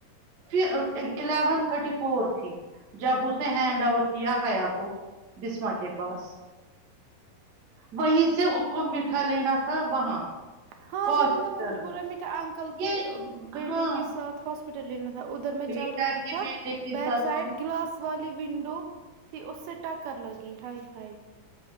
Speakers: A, on the right; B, on the right.
A: پھر الیون تھرٹی فور ت جب اس نے ہینڈ اوور کیا حیا کو بسما کے پاس وہیں سے اس کو میٹھا لینا تھا وہاں
B: ہاں
A: ہاسپٹل
B: وہی نا وہ مجھے بول رہا ہے میٹے انکل کے
A: یہ
B: بیٹے
A: ہاں
B: کے ساتھ ہاس لینا تھا ادھر میں
A: بیٹا
B: چل رہا
A: کے
B: تھا
A: بیٹے کے
B: بیک
A: ساتھ
B: سائڈ
A: ہاں
B: گلاس والی ونڈو تھی اس سے ٹکر لگی ہائی ہائی